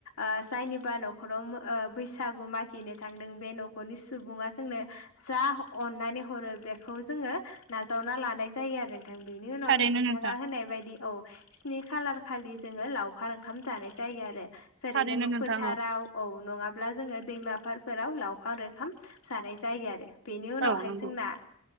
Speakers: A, on the left; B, on the right.
A: ओ जायनिबा न'खराव मो ओ बैसागु मागिनो थांदों बे न'खरनि सुबुङा जोंनो जा अननानै हरो बेखौ जोङो नाजावना लानाय जायो आरो नोंथां बेनि उनाव
B: थारैनो
A: नोंथाङा
B: नोंथां
A: होनाय बायदि औ नि खालार खालि जोङो लावखार ओंखाम जानाय जायो आरो जेरै
B: थारैनो
A: जोङो
B: नोंथां
A: फोथाराव औ नङाब्ला जोङो दैमाफोरारफोराव लावखार ओंखाम जानाय जायो आरो बेनि उनावहाय
B: औ नंगौ
A: जोंना